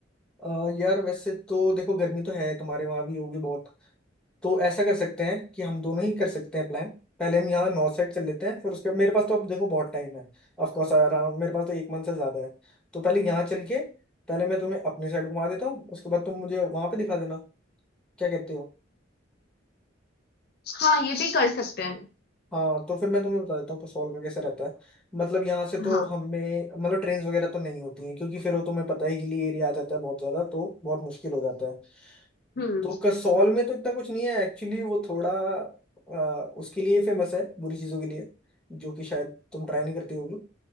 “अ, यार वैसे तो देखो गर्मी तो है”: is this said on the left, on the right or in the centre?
Centre